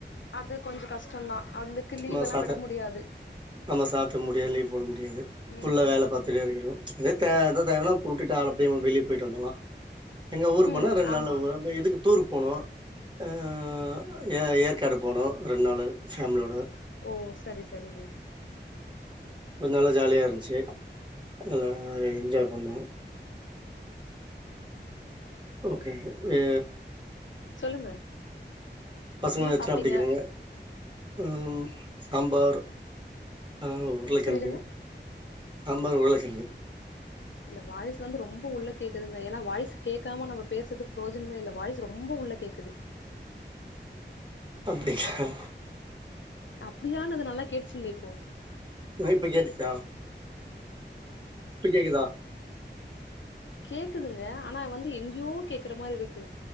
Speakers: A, on the left; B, on the right.
A: அது கொஞ்சோ கஷ்டந்தா அதுக்கு லீவ்
B: நம்ம
A: எல்லா
B: சாத்த
A: விட முடியாது
B: நம்ம சாத்த முடியு லீவ் போட முடியாது
A: ம்
B: ஃபுல்ல வேல
A: ம்
B: பாத்துட்டே
A: ம்
B: இருக்கனு <unintelligible> கூட்டிட்டு ஆளப்போயி வெளிய போயிட்டு வந்துர்லா எங்க ஊரு போனா
A: ம்
B: ரெண்டு நாள்ள
A: ஆமா
B: ஊர் அப்ப எதுக்கு டூர்ருக்கு போனு ஆ ஆ ஏ ஏற்காடு போனோ ரெண் நாளு ஃபேமிலியோட
A: ஓ சரி சரிங்க
B: கொஞ் நல்லா ஜாலியா இருந்ச்சி நல்லா என்ஜாய் பண்ணுனோ ஓகே வே
A: சொல்லுங்க
B: பசங்கள
A: என்ன
B: எத்தனாவது
A: சாப்ட்டீங்க
B: படிக்கிதுங்க ம் சாம்பார் ஆ உருளகெழங்கு
A: புரியலங்க
B: சம்பார் உருளகெழங்கு
A: இல்ல வாய்ஸ் வந்து ரொம்ப உள்ள கேக்குதுங்க ஏன்னா வாய்ஸ் கேட்காம நம்ம பேசுது ப்ரோஜனமே இல்ல வாய்ஸ் ரொம்ப உள்ள கேக்குது
B: அப்படி <unintelligible>
A: அப்படியானது நல்லக் கேட்டுச்சு இல்ல இப்போ
B: இதோ இப்ப கேட்டுச்சு ஆ இப்ப கேக்குதா
A: கேக்குதுங்க ஆனா வந்து எங்யோ கேக்குற மாரி இருக்கு